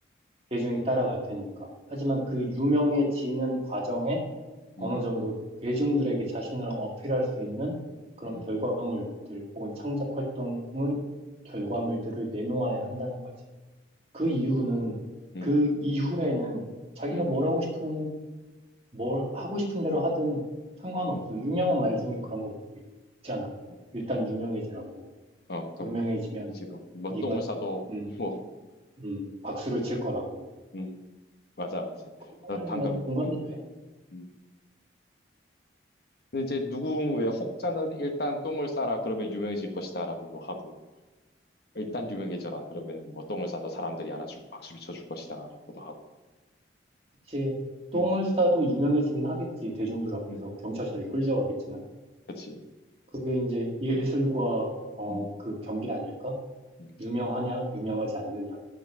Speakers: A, on the right; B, on the left.
A: 대중이 따라갈 테니까. 하지만 그
B: 음,
A: 유명해지는 과정에 어느
B: 음,
A: 정도 대중들에게 자신을 어필할 수 있는 그런
B: 음,
A: 결과물들 혹은 창작 활동의 결과물들을 내놓아야 한다는 거지. 그
B: 음,
A: 이유는,
B: 음,
A: 그 이후에는 자기가
B: 음,
A: 뭘 하고 싶은 뭘 하고 싶은 대로 하든 상관없어.
B: 음.
A: 유명한 말 중에 그런 것도 있잖아.
B: 음.
A: 일단 유명해지라고.
B: 어, 그럼
A: 유명해지면
B: 이제 뭐, 뭐
A: 네가
B: 똥을 싸도
A: 음,
B: <laughs> 뭐,
A: 음, 박수를 칠 거라고.
B: 음, 맞아, 맞아.
A: 그
B: 어,
A: 말
B: 방금,
A: 난 공감이
B: 음,
A: 돼.
B: 음. 근데 이제 누군 왜 혹자는 일단 똥을 싸라 그러면 유명해질 것이다라고도 하고 일단 유명해져라 그러면 뭐 똥을 싸도 사람들이 알아주고 박수를 쳐줄 것이다라고도 하고
A: 그치. 똥을
B: 음,
A: 싸도 유명해지긴 하겠지. 대중들 앞에서
B: 음,
A: 경찰서에 끌려가겠지만.
B: 그치, 그치.
A: 그게 이제 예술과
B: 음,
A: 어,
B: 음,
A: 그 경계 아닐까?
B: 음,
A: 유명하냐, 유명하지 않느냐.
B: 음,